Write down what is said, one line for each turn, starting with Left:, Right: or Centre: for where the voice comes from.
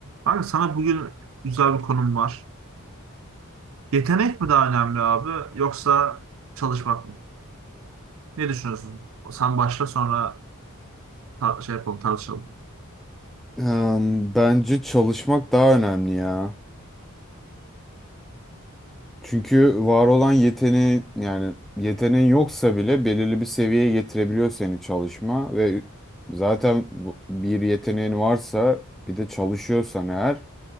Right: Abi sana bugün güzel bir konum var. Yetenek mi daha önemli abi yoksa çalışmak mı? Ne düşünüyorsun? Sen başla sonra tar- şey yapalım tartışalım.
Centre: Em, bence çalışmak daha önemli ya. Çünkü var olan yeteneğin yani yeteneğin yoksa bile belirli bir seviyeye getirebiliyor seni çalışma ve zaten bu- bir yeteneğin varsa bir de çalışıyorsan eğer